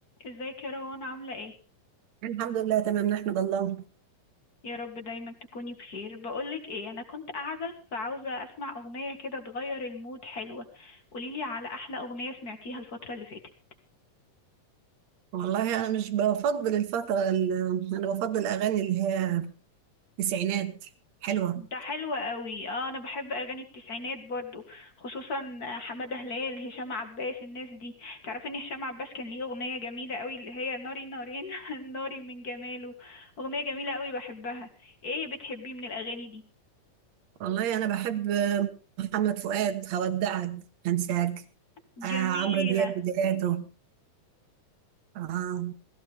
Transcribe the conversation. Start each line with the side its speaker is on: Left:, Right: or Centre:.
Left: ازيك يا روان عاملة ايه؟
Right: الحمد لله تمام نحمد الله
Left: يا رب دايما تكوني بخير بقولك ايه انا كنت قاعدة فعاوزة اسمع اغنية كده تغير المود حلوة قوليلي على احلى اغنية سمعتيها الفترة اللي فاتت
Right: والله انا مش بفضل الفتره ال- انا بفضل الاغاني اللي هي تسعينات حلوه
Left: ده حلو قوي اه انا بحب اغاني التسعينات برضو خصوصا حمادة هلال هشام عباس الناس دي تعرفي ان هشام عباس كان ليه اغنية جميلة قوي اللي هي ناري نارين <laughs> ناري من جماله اغنية جميلة قوي بحبها ايه بتحبيه من الاغاني دي
Right: والله انا بحب محمد فؤاد هودعك هنساك
Left: جميلة
Right: آه عمرو دياب بداياته آه